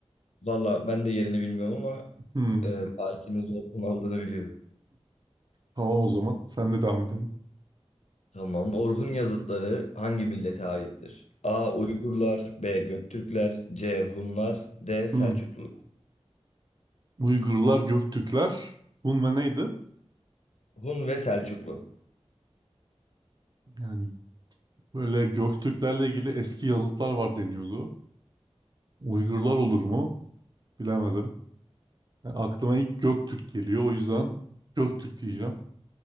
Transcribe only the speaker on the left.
Valla ben de yerini bilmiyorum ama
e, tarihinin zor aldığını biliyorum.
Tamam. Orhun yazıtları hangi millete aittir? A. Uygurlar, B. Göktürkler, C. Hunlar, D. Selçuklu.
Hun ve Selçuklu.